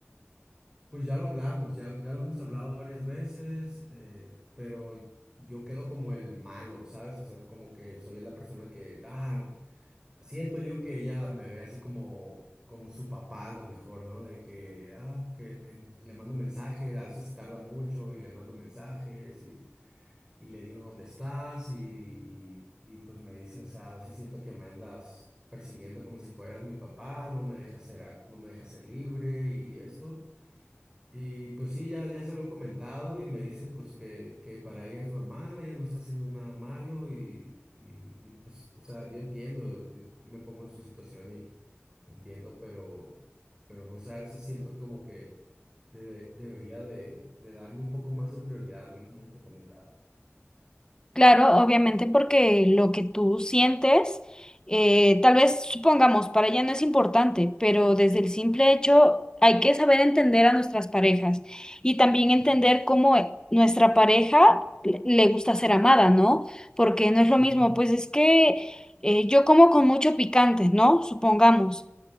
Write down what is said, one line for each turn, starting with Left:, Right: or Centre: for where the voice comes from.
Right: Pues ya lo hablamos, ya, ya lo hemos hablado varias veces, eh, pero yo quedo como el malo, ¿sabes? O sea, como que soy la persona que, ah, siento yo que ella me ve así como, como su papá a lo mejor, ¿no? De que, ah, que en- le mando mensajes, a veces tarda mucho y le mando mensajes y, y le digo dónde estás y, y, y pues me dice, o sea, a veces siento que me andas persiguiendo como si fueras mi papá, no me deja ser, a- no me deja ser libre y esto. Y pues sí, ya, ya se lo he comentado y me dice pues que, que para ella es normal, ella no está haciendo nada malo y, y, y, pues, o sea, yo entiendo, yo me pongo en su situación y entiendo, pero, pero no sé, a veces siento como que debe- debería de, de darme un poco más de prioridad a mí, como te comentaba.
Left: Claro, obviamente porque lo que tú sientes, eh, tal vez supongamos, para ella no es importante, pero desde el simple hecho hay que saber entender a nuestras parejas y también entender
Right: Ujú,
Left: cómo e- nuestra pareja le le gusta ser amada, ¿no? Porque no es lo
Right: Ujú,
Left: mismo, pues es que eh, yo como con mucho picante, ¿no? Supongamos.